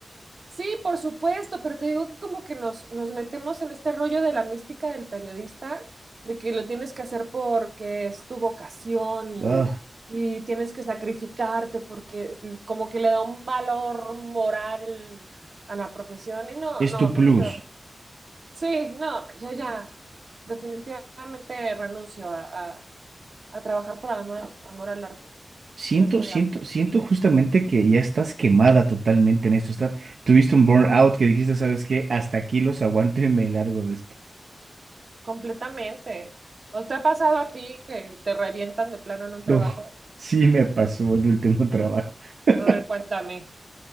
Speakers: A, on the right; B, on the right.
A: Sí, por supuesto, pero te digo que como que nos, nos metemos en este rollo de la mística del periodista, de que lo tienes que hacer porque es tu vocación y,
B: Ah,
A: y tienes que sacrificarte porque es- como que le da un valor moral a la profesión y no,
B: es
A: no,
B: tu
A: no,
B: plus.
A: yo, sí, no, yo ya definitivamente renuncio a, a- a trabajar por amor, amor al arte,
B: Siento,
A: ya estoy
B: siento,
A: harta.
B: siento justamente que ya estás quemada totalmente en esto. Estás, tuviste un burnout que dijiste, ¿sabes qué? Hasta aquí los aguanto y me largo de esto. <laughs>
A: Completamente. ¿No te ha pasado a ti que te revientan de plano en un trabajo?
B: No, sí me pasó en mi último trabajo. <laughs>
A: A ver, cuéntame.